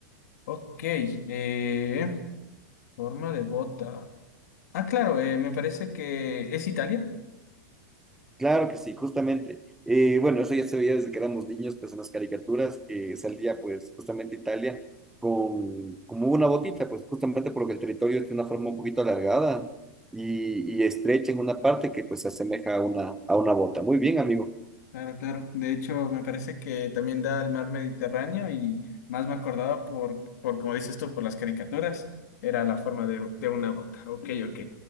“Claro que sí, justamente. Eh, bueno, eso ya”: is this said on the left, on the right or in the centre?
Centre